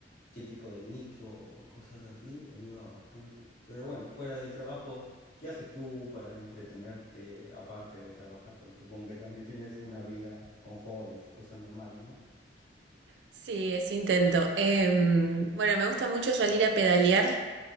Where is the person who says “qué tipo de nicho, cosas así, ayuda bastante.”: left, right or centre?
Left